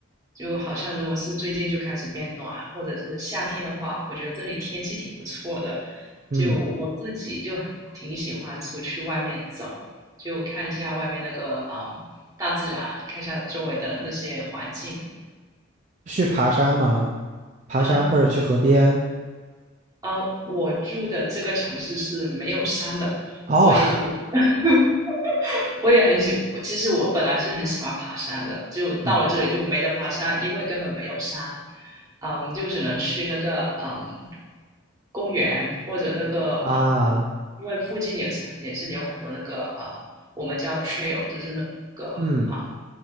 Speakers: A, on the right (about 20°); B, on the right (about 35°).
A: 就好像如果是最近就开始变暖，或者是夏天的话，我觉得这里天气挺不错的，
B: 嗯，
A: 就我自己就挺喜欢出去外面走，就看一下外面那个嗯大自然，看一下周围的那些环境。
B: 去爬山吗？爬山或者去河边？
A: 呃，呃，我住的这个城市是没有山的，
B: 哦，
A: 所以就 <laughs> 我也很喜，我其实我本来是很喜欢爬山的，就到了这里就没得爬山，
B: <laughs> 嗯
A: 因为根本没有山，嗯，就只能去那个嗯公园或者那个嗯，
B: 啊，
A: 因为附近也是也是有很多那个呃，我们叫 trail，就是那个啊、
B: 嗯，